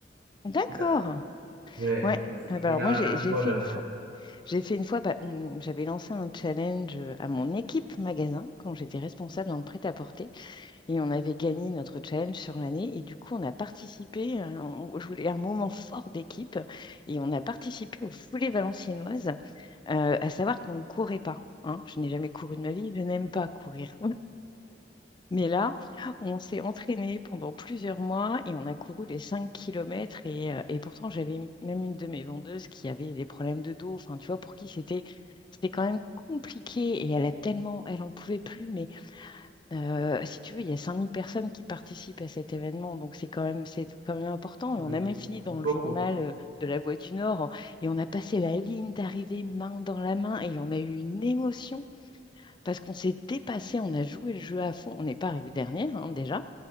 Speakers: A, on the left (about 25°); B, on the right (about 60°).
A: D'accord.
B: Da- Ouais,
A: Ouais.
B: parce
A: Ah
B: qu'il
A: bah
B: y
A: alors
B: a
A: moi j'ai
B: les
A: j'ai
B: voleurs.
A: fait une fois j'ai fait une fois bah, on- j'avais lancé un challenge euh, à mon équipe magasin quand j'étais responsable dans le prêt-à-porter et on avait gagné notre challenge sur l'année et du coup on a participé euh, on- je voulais un moment fort d'équipe et on a participé aux foulées valenciennoises euh, à savoir qu'on ne courait pas hein. Je n'ai jamais couru de ma vie je n'aime pas courir Mais là, on s'est entraîné pendant plusieurs mois et on a couru les 5 kilomètres. Et, euh, et pourtant, j'avais m- même une de mes vendeuses qui avait des problèmes de dos. Enfin, tu vois, pour qui c'était c'était quand même compliqué. Et elle a tellement, elle en pouvait plus. Mais euh, si tu veux, il y a 5000 personnes qui participent à cet événement. Donc, c'est quand même, c'est quand même important.
B: Oui,
A: Et on a même fini dans le
B: beaucoup.
A: journal euh, de la Voix du Nord. Et on a passé la ligne d'arrivée main dans la main. Et on a eu une émotion parce qu'on s'est dépassé, on a joué le jeu à fond, on n'est pas arrivé dernière hein, déjà.